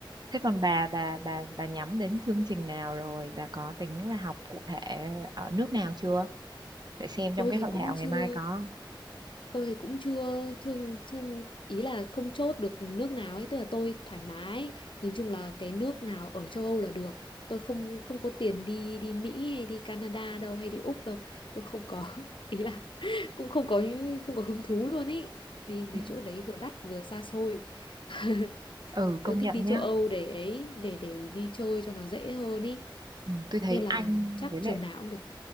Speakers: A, on the right (about 55°); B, on the left (about 75°).
A: Thế còn bà bà bà bà nhắm đến chương trình nào rồi? Bà có tính là học cụ thể ở nước nào chưa? Để xem
B: tôi
A: trong cái
B: thì
A: hội
B: cũng
A: thảo
B: chưa
A: ngày mai có.
B: tôi thì cũng chưa chưa chưa ý là không chốt được nước nào ấy tức là tôi thoải mái nhìn chung là cái nước nào ở châu Âu là được tôi không không có tiền đi đi Mỹ hay đi Canada đâu hay đi Úc đâu tôi không có <laughs> ý là <laughs> cũng không có không có hứng thú luôn ý đi mấy
A: Ừ,
B: chỗ đấy vừa đắt vừa xa xôi <laughs>
A: ừ, công
B: tôi thích
A: nhận
B: đi
A: nhá.
B: châu Âu để ấy để để đi chơi cho nó dễ hơn ý
A: Ừ, tôi thấy
B: nên là
A: Anh
B: chắc
A: với lại
B: trường nào cũng được